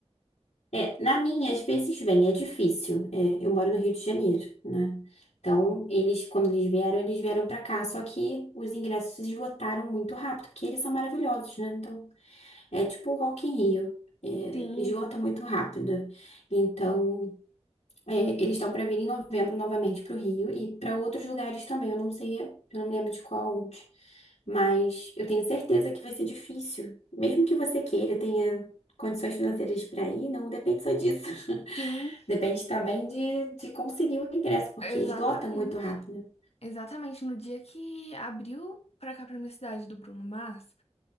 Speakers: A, on the left; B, on the left.
A: É, na minha, às vezes vem, é difícil. É, eu moro no Rio de Janeiro, né? Então, eles, quando eles vieram, eles vieram pra cá, só que os ingressos se esgotaram muito rápido, porque eles são maravilhosos, né? Então, é tipo o Rock in Rio, é,
B: Sim,
A: esgota muito rápido. Então, é, eles estão para vir em novembro novamente para o Rio e para outros lugares também. Eu não sei, eu não me lembro de qual onde. Mas eu tenho certeza que vai ser difícil. Mesmo que você queira, tenha condições financeiras para ir, não depende só disso. <laughs>
B: sim,
A: Depende também de, de conseguir o ingresso, porque
B: exatamente.
A: esgota muito rápido.
B: Exatamente no dia que abriu pra cá pra minha cidade do Bruno Mars,